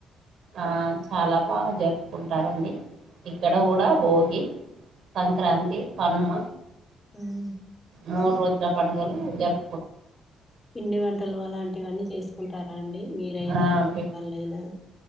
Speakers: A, on the right (about 65°); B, on the left (about 20°).
A: ఆ చాలా బాగా జరుపుకుంటారండి ఇక్కడ కూడా భోగి సంక్రాంతి పనుమ
B: అవును
A: మూడు రోజుల పండుగలు జరుపు
B: పిండి వంటలు అలాంటివన్నీ చేసుకుంటారా అండి మీరైనా
A: ఆ,
B: మీ
A: పి-
B: పళ్ళయినా